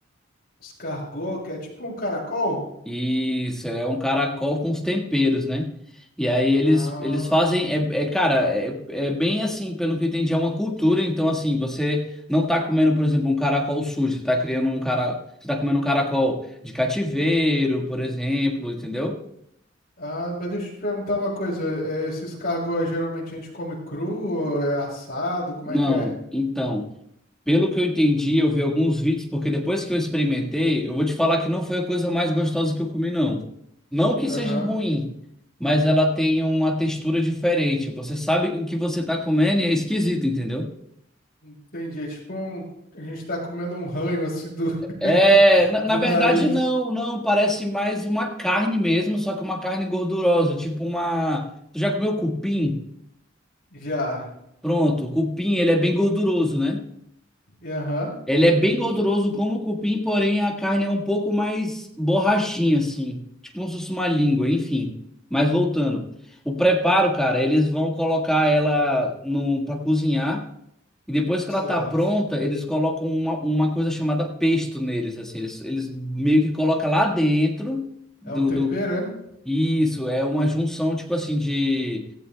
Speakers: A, on the left; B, in the centre.
A: Escargot, que é tipo um caracol.
B: Isso, é um caracol com os temperos, né? E aí eles,
A: Ah.
B: eles fazem, é, é, cara, é, é bem assim, pelo que eu entendi, é uma cultura, então assim, você não tá comendo, por exemplo, um caracol sujo, você tá criando um cara, você tá comendo um caracol de cativeiro, por exemplo, entendeu?
A: Ah, mas deixa eu te perguntar uma coisa. eh, Esses cargos geralmente a gente come cru, ou é assado, como
B: Não,
A: é que é?
B: então. Pelo que eu entendi, eu vi alguns vídeos, porque depois que eu experimentei, eu vou te falar que não foi a coisa mais gostosa que eu comi, não. Não que
A: Aham,
B: seja ruim, mas ela tem uma textura diferente. Você sabe o que você tá comendo e é esquisito, entendeu?
A: entendi. É tipo um... a gente tá comendo um ranho assim do, <laughs>
B: É, na,
A: do
B: na
A: nariz.
B: verdade, não, não. Parece mais uma carne mesmo, só que uma carne gordurosa, tipo uma. Tu já comeu cupim?
A: Já.
B: Pronto, o cupim, ele é bem gorduroso, né?
A: E Aham,
B: Ele é bem gorduroso como o cupim, porém a carne é um pouco mais borrachinha, assim. Tipo como se fosse uma língua, enfim. Mas voltando. O preparo, cara, eles vão colocar ela no para cozinhar. E depois
A: certo.
B: que ela tá pronta, eles colocam uma, uma coisa chamada pesto neles, assim. Eles, eles meio que colocam lá dentro do,
A: É um tempero,
B: do...
A: é?
B: Isso, é uma junção, tipo assim, de,